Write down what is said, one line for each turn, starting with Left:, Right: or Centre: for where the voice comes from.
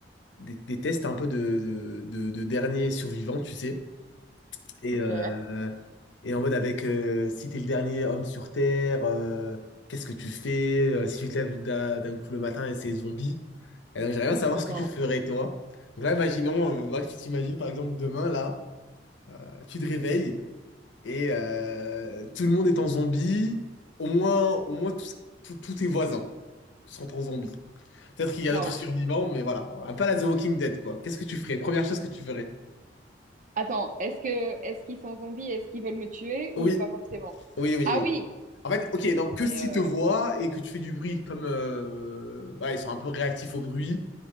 Left: des, des tests un peu de, de, de, de dernier survivant, tu sais. Et,
Right: Ok.
Left: euh, et en mode avec euh, si t'es le dernier homme sur Terre, euh, qu'est-ce que tu fais? Euh, Si tu te lèves d'un d'un coup le matin et c'est zombie. Et donc, j'aimerais bien savoir
Right: Oh
Left: ce
Right: waouh,
Left: que tu ferais, toi. Donc là, imaginons, euh, là, que tu t'imagines, par exemple, demain, là, euh, tu te réveilles et euh, tout le monde est en zombie. Au moins, au moins tous tous- tous tes voisins sont en zombie. Peut-être qu'il y
Right: waouh.
Left: a d'autres survivants, mais voilà. Un peu à la The Walking Dead, quoi. Qu'est-ce que tu ferais? Première chose que tu ferais.
Right: Attends, est-ce que est-ce qu'ils sont zombies? Est-ce qu'ils veulent me tuer ou
Left: Oui,
Right: pas forcément?
Left: oui, oui,
Right: Ah
Left: oui.
Right: oui.
Left: En fait, ok, donc
Right: Ah
Left: que
Right: ben
Left: s'ils
Right: euh,
Left: te voient et que tu fais du bruit, comme... euh, voilà, ils sont un peu réactifs au bruit.